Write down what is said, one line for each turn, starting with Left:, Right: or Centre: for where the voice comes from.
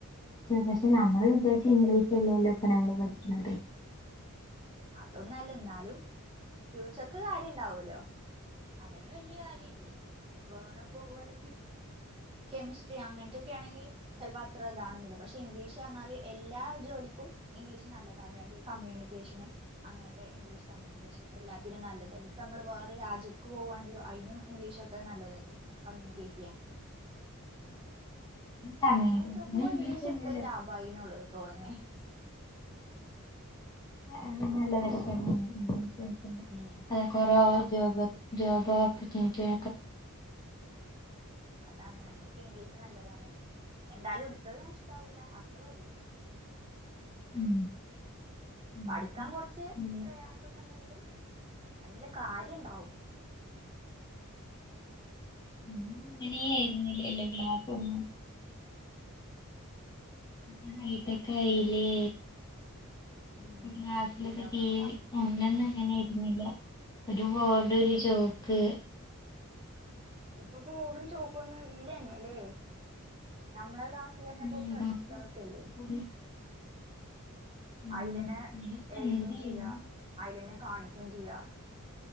Left: പക്ഷെ നമ്മള് വിജാരിച്ച് ഇംഗ്ലീഷ്ല്ലോ ഇപ്പ നമ്മള് പഠിക്കനത്.
Right: അതൊന്നല്ല എന്നാലും ഫ്യൂച്ചർക്ക് കാര്യം ഉണ്ടാവുല്ലോ? അതന്നെ വലിയ കാര്യല്ലേ വേറെ പോ വല കെമിസ്ട്രി അങ്ങനത്തെൊക്കെ ആണെങ്കി ചിലപ്പോ അത്ര ഇതാണെന്നില്ല പക്ഷെ ഇംഗ്ലീഷ് റഞ്ഞാല് എല്ലാ ജോലിക്കും ഇംഗ്ലീഷ് നല്ലത് അതായത് കമ്മ്യൂണിക്കേഷന് അങ്ങനത്തെ ഇംഗ്ലീഷ് കമ്മ്യൂണിക്കേഷൻ എല്ലാറ്റനും നല്ലതല്ലേ ഇപ്പ നമ്മള് വേറെ രാജ്യത്ത് പോകുകവാണെങ്കിലും അതിനും ഇംഗ്ലീഷൊക്കെ നല്ലതല്ലേ? കമ്യുനിക്കേറ്റ് ചെയ്യാൻ.
Left: കമ്മ്യൂണിക്കേഷന്
Right: അങ്ങനെ വെച്ച് നോക്കുമ്പോ
Left: ഇംഗ്ലീഷല്ലല്ലോ
Right: ഇംഗ്ലീഷ് എടുത്തത് ലാഭമായി എന്നുള്ളു തോന്നേ
Left: ആതെ നല്ലതൊക്കെ കേ
Right: ഉം
Left: അതൊക്കറ ജോബ് ജോബൊക്കണ്ട്.
Right: അതാണ് അയിനൊക്കെ ഇംഗ്ലീഷ് നല്ലതാണ് എന്തായാലും ഉടുത്തത് നഷ്ടവൂല അത്രേ ഉള്ളു.
Left: ഉം ഇന്നത്തെ
Right: പഠിക്കാൻ കുറച്ച്
Left: ഇന്ന്
Right: പ്രയാസൊക്കെ ഉണ്ടെങ്കിലും അയ്നിലെകാര്യം ഉണ്ടാവും.
Left: അങ്ങനെയായിരുന്നില്ലല്ലോ ലാർക്ക ഒന്നും ഇ ഹൈട്ടക്ക ആയില്ലേ
Right: ഉം
Left: ക്ലാസിലൊക്കെ
Right: പുരോഗമനം
Left: ടി വി അനൊന്നും ങ്ങനെ രുന്നില്ല ഒരുബോർഡ് ട് ഒരു ചോക്ക്
Right: ഇപ്പൊ ബോടും ചോക്കൊന്നും ഇല്ലന്നെല്ലേ നഞമ്മളെ ക്ലാസ് ഇതിലന്നപ്പോ
Left: ഉം
Right: പ്രൊജെക്ടറകല്ലേ
Left: ബാക്കി ഒരു ഉം
Right: അയിലന്നെ
Left: അതിനൊക്കെ
Right: ഏയ്തും
Left: എന്തായിരുന്നു
Right: ചെയ്യാ അയിലന്നെ കാണിക്ക കുഞ്ചയ്യാ